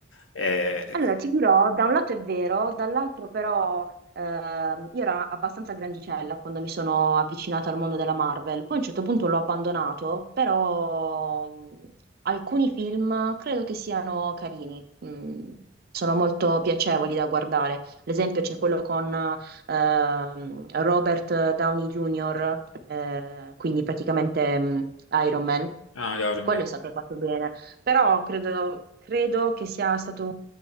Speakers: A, on the left; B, on the right.
A: Eh,
B: Allora, ti dirò, da un lato è vero, dall'altro però ehm, io ero abbastanza grandicella quando mi sono avvicinata al mondo della Marvel, poi a un certo punto l'ho abbandonato, però mh, alcuni film credo che siano carini, mh, sono molto piacevoli da guardare. Ad esempio c'è quello con ehm, Robert Downey Jr., eh, quindi praticamente mh, Iron Man,
A: Ah, gli Iron
B: quello
A: Man.
B: è stato fatto bene, però credo, credo che sia stato